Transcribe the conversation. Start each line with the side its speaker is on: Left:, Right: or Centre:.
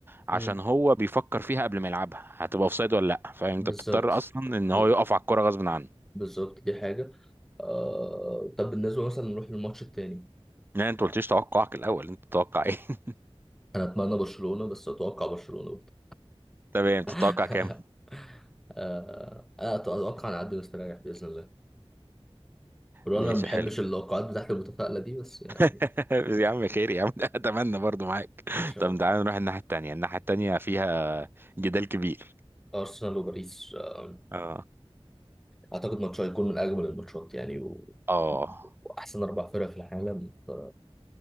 Right: عشان
Centre: مم.
Right: هو بيفكر فيها قبل ما يلعبها هتبقى اوفسايد ولا لا فاهم انت
Centre: بالظبط
Right: بتضطر اصلا ان
Centre: ب-
Right: هو يقف على الكوره غصب عنه
Centre: بالظبط دي حاجة آه... طب بالنسبة مثلا نروح للماتش التاني
Right: لا انت قلتليش توقعك الاول انت تتوقع ايه <laughs>
Centre: أنا أتمنى برشلونة بس أتوقع برشلونة برضه
Right: تمام
Centre: <laughs>
Right: تتوقع كام
Centre: آه... أنا أتوقع نعدي مستريح بإذن الله برغم
Right: ماشي
Centre: أنا ما بحبش
Right: حلو
Centre: اللقاءات بتاعت المتفائلة دي بس يعني
Right: <laughs> يا عم خير يا عم <laughs> اتمنى برضو معاك
Centre: إن شاء
Right: طب
Centre: الله
Right: تعالى نروح الناحيه التانيه الناحيه التانيه فيها جدال كبير
Centre: أرسنال وباريس آه،
Right: اه
Centre: اعتقد ماتش هيكون من اجمل الماتشات يعني و...
Right: اه
Centre: واحسن اربع فرق في العالم ف...